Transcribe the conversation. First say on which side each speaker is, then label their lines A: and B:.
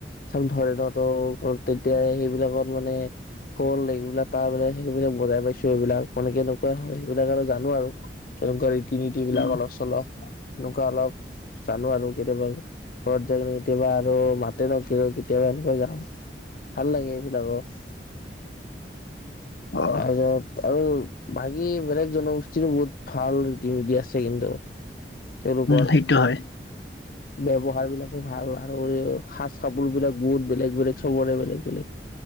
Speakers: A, on the left (about 50°); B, on the left (about 80°).
A: চাম ধৰে ন ত' তেতিয়া সেই বিলাকত মানে খোল এইবিলাক তাল বিলাক সেইবিলাক বজাই পাইছো এইবিলাক এনেকে সেইবিলাক আৰু জানো আৰু তেনেকুৱা ৰীতি নীতি বিলাক
B: উম
A: অলপ চলপ তেনেকুৱা অলপ জানো আৰু কেতিয়াবা ঘৰত যায় কেনি কেতিয়াবা আৰু মাতে ন কিবা কেতিয়াবা এনেকৈ যাওঁ। ভাল লাগে এইবিলাকত,
B: অ
A: তাৰপিছত আৰু বাকী বেলেগ জনগোষ্ঠীৰো বহুত ভাল ৰীতি- নীতি আছে কিন্তু। তেওঁলোকৰ
B: উম সেইটো হয়।
A: ব্যৱহাৰ বিলাকো ভাল আৰু সাজ কাপোৰ বিলাক বহুত বেলেগ বেলেগ চবৰে বেলেগ বেলেগ।